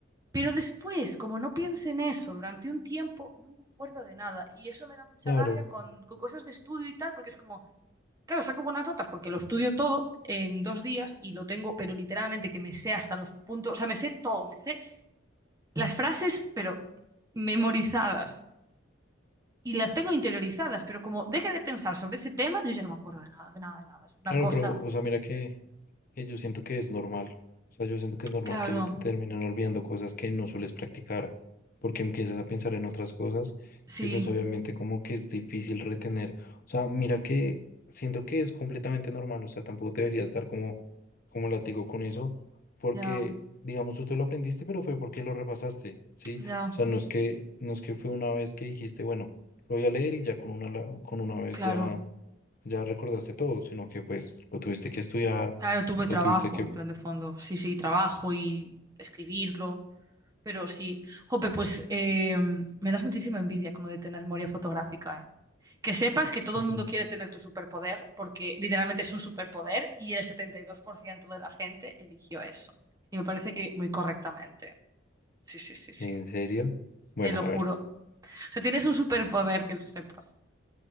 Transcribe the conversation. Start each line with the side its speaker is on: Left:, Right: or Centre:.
Right: Pero después, como no piense en eso durante un tiempo, no me acuerdo de nada. Y eso me da mucha
Left: claro,
Right: rabia con, con cosas de estudio y tal, porque es como, claro, saco buenas notas porque lo estudio todo en dos días y lo tengo, pero literalmente que me sé hasta los puntos, o sea, me sé todo, me sé las frases, pero memorizadas. Y las tengo interiorizadas, pero como deje de pensar sobre ese tema, yo ya no me acuerdo de nada, de nada, de nada. Es una
Left: claro,
Right: cosa.
Left: pero, o sea, mira que que yo siento que es normal. O sea, yo siento que es normal
Right: Claro,
Left: que se te terminen olvidando cosas que no sueles practicar, porque empiezas a pensar en otras cosas
Right: sí,
Left: y pues obviamente como que es difícil retener. O sea, mira que siento que es completamente normal, o sea, tampoco te deberías dar como, como látigo con eso, porque
Right: ya,
Left: digamos tú te lo aprendiste, pero fue porque lo repasaste, ¿sí?
Right: ya,
Left: O sea, no es que, no es que fue una vez que dijiste, bueno, lo voy a leer y ya con una, la- con una vez
Right: claro.
Left: ya ya recordaste todo, sino que pues lo tuviste que estudiar,
Right: Claro, tuve
Left: lo
Right: trabajo
Left: tuviste que...
Right: en plan de fondo. Sí, sí, trabajo y escribirlo. Pero sí. Jope, pues eh, me das muchísima envidia con lo de tener memoria fotográfica, ¿eh? Que sepas que todo
Left: Ujú.
Right: el mundo quiere tener tu superpoder, porque literalmente es un superpoder y el 72% de la gente eligió eso. Y me parece que muy correctamente. Sí, sí, sí, sí.
Left: ¿En serio? Bueno,
Right: Te lo
Left: a
Right: juro.
Left: ver.
Right: O sea, tienes un superpoder que lo sepas.